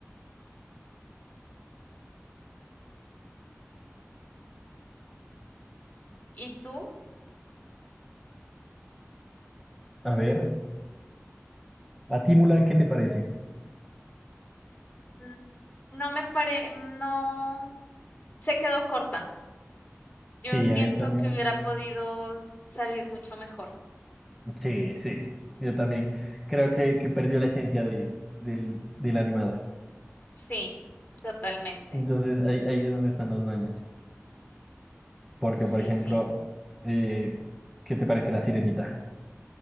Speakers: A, on the left; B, in the centre.
A: ¿Y tú?
B: A ver, ¿A ti, Mulan, qué te parece?
A: Mm, No me pare, no, se quedó corta. Yo
B: Sí,
A: siento
B: a mí también.
A: que hubiera podido salir mucho mejor.
B: Sí, sí, yo también. Creo que, que perdió la esencia de, del, de la animada.
A: Sí, totalmente.
B: Entonces, ahí, ahí es donde están los baños. Porque,
A: Sí,
B: por ejemplo,
A: sí.
B: eh, ¿qué te parece la sirenita?